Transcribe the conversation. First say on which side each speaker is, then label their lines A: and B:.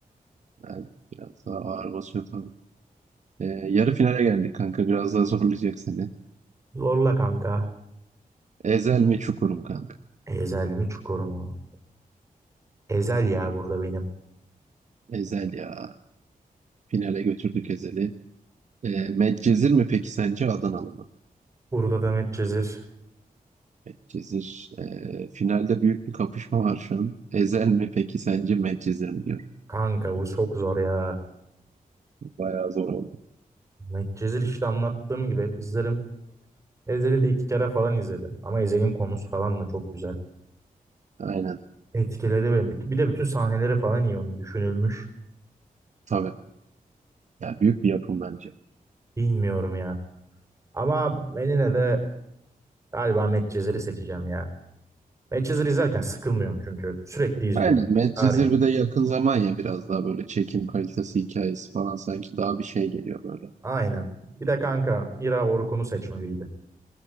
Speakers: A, on the right; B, on the right.
A: Yani biraz daha ağır basıyor tabii. Ee, yarı finale geldik kanka. Biraz daha zorlayacak seni.
B: Zorla kanka.
A: Ezel mi Çukur mu kanka?
B: Ezel mi Çukur mu? Ezel ya burada benim.
A: Ezel ya. Finale götürdük Ezel'i. Ee, Medcezir mi peki sence Adanalı mı?
B: Burada da Medcezir.
A: Medcezir. ee, finalde büyük bir kapışma var şu an. Ezel mi peki sence Medcezir mi diyorum.
B: Kanka bu çok zor ya.
A: Bayağı zor oldu.
B: Medcezir işte anlattığım gibi hep izlerim. Ezel'i de iki kere falan izledim. Ama Ezel'in konusu falan da çok güzel.
A: Aynen.
B: Etkiledi beni. Bir bir de bütün sahneleri falan iyi onun düşünülmüş.
A: Tabii. Yani büyük bir yapım bence.
B: Bilmiyorum ya. Ama ben yine de galiba Medcezir'i seçeceğim ya. Medcezir izlerken sıkılmıyorum çünkü. Sürekli izliyorum.
A: Aynen Medcezir
B: Her gün.
A: bir de yakın zaman ya biraz daha böyle çekim kalitesi hikayesi falan sanki daha bir şey geliyor böyle.
B: Aynen. Bir de kanka Mira Orkun'u seçmeliydi.